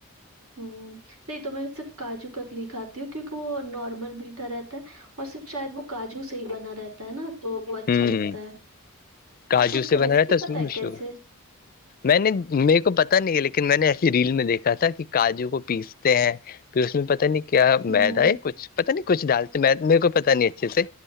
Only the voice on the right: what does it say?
ہ نہیں تو میں صرف کاجو کتلی کھاتی ہوں کیونکہ وہ نارمل بھی تھا رہتا ہے اور صرف شاید وہ کاجو سے ہی بنا رہتا نا تو وہ اچھا
لگتا ہے
آپ کو اس
کا ریسیپی
پتا
ہے
کیسے
ہوں